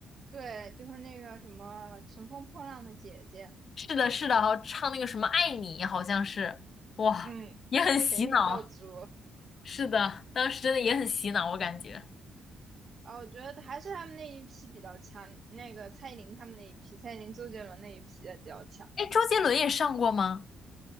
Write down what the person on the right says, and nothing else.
对，就是那个什么《乘风破浪的姐姐》，
嗯，
甜心教主。
啊，我觉得还是他们那一批比较强，那个蔡依林他们那一批，蔡依林、周杰伦那一批也比较强。